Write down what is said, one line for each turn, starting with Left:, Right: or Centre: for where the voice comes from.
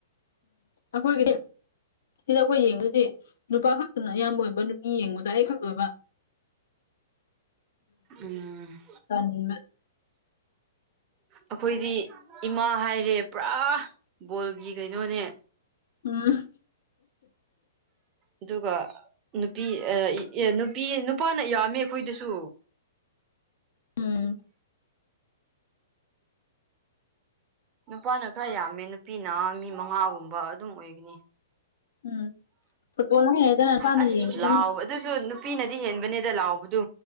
Left: ꯎꯝ ꯍꯗꯤꯦ ꯁꯤꯗ ꯑꯩꯈꯣꯏ ꯌꯦꯡꯗꯗꯤ ꯅꯨꯄꯥ ꯈꯛꯇꯅ ꯑꯌꯥꯝꯕ ꯑꯣꯏꯕ ꯅꯨꯄꯤ ꯌꯦꯡꯕꯗ ꯑꯩ ꯈꯛꯇ ꯑꯣꯏꯕ <unintelligible>
Right: ꯎꯝ
Left: ꯑꯅꯤ
Right: ꯑꯩꯈꯣꯏꯗꯤ ꯏꯃꯥ ꯍꯥꯏꯔꯦ ꯄꯨꯔꯥ ꯕꯣꯜꯒꯤ ꯀꯩꯅꯣꯅꯦ
Left: ꯎꯝ
Right: ꯑꯗꯨꯒ ꯅꯨꯄꯤ ꯅꯨꯄꯤ ꯅꯨꯄꯥꯅ ꯌꯥꯝꯃꯦ ꯑꯩꯈꯣꯏꯗꯁꯨ
Left: ꯎꯝ
Right: ꯅꯨꯄꯥꯅ ꯈꯔ ꯌꯥꯝꯃꯦ ꯅꯨꯄꯤꯅ ꯃꯤ ꯃꯉꯥꯒꯨꯝꯕ ꯑꯗꯨꯝ ꯑꯣꯏꯒꯅꯤ
Left: ꯎꯝ ꯐꯨꯠꯕꯣꯜ ꯍꯥꯏꯔꯦꯗꯅ ꯅꯨꯄꯥꯅ
Right: ꯑꯁ
Left: ꯌꯦꯡꯕꯅꯤ
Right: ꯂꯥꯎ ꯑꯗꯨꯁꯨ ꯅꯨꯄꯤꯅꯗꯤ ꯍꯦꯟꯕꯅꯦꯗ ꯂꯥꯎꯕꯗꯨ